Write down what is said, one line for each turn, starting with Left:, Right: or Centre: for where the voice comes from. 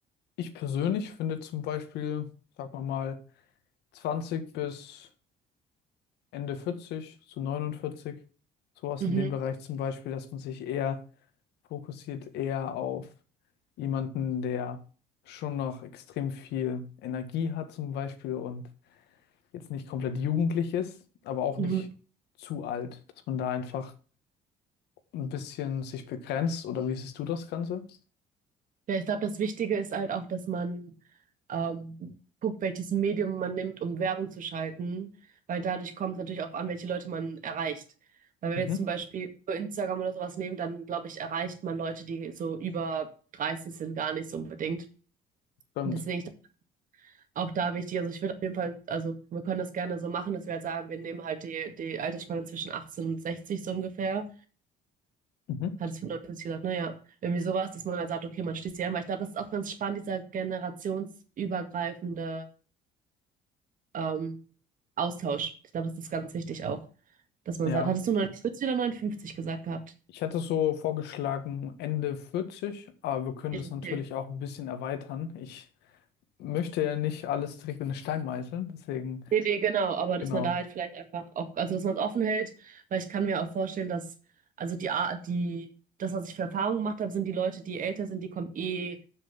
Left: Ich persönlich finde zum Beispiel, sagen wir mal, 20 bis Ende 40 zu 49, sowas
Right: Mhm,
Left: in dem Bereich zum Beispiel, dass man sich eher fokussiert, eher auf jemanden, der schon noch extrem viel Energie hat zum Beispiel und jetzt nicht komplett jugendlich ist, aber auch
Right: mhm.
Left: nicht zu alt, dass man da einfach ein bisschen sich begrenzt oder wie siehst du das Ganze?
Right: Ja, ich glaube, das Wichtige ist halt auch, dass man ähm, guckt, welches Medium man nimmt, um Werbung zu schalten, weil dadurch kommt es natürlich auch an, welche Leute man erreicht. Weil wenn
Left: Mhm.
Right: wir jetzt zum Beispiel nur Instagram oder sowas nehmen, dann glaube ich, erreicht man Leute, die so über 30 sind, gar nicht so unbedingt.
Left: Stimmt.
Right: Und deswegen ich, auch da wichtig, also ich würde auf jeden Fall, also wir können das gerne so machen, dass wir halt sagen, wir nehmen halt die, die Altersspanne zwischen 18 und 60 so ungefähr.
Left: Mhm.
Right: Hat es 55 gesagt, naja, irgendwie sowas, dass man dann sagt, okay, man schließt die ein, weil ich glaube, das ist auch ganz spannend, dieser generationsübergreifende ähm, Austausch. Ich glaube, das ist ganz wichtig auch, dass man
Left: Ja.
Right: sagt, hattest du 59 oder 59 gesagt gehabt?
Left: Ich hatte so vorgeschlagen Ende 40, aber wir können
Right: Ich,
Left: das
Right: okay.
Left: natürlich auch ein bisschen erweitern. Ich möchte ja nicht alles direkt in den Stein meißeln. Deswegen,
Right: Nee, nee, genau, aber
Left: genau,
Right: dass man da halt vielleicht einfach auch, also dass man es offen hält, weil ich kann mir auch vorstellen, dass, also die Art, die, das, was ich für Erfahrungen gemacht habe, sind die Leute, die älter sind, die kommen eh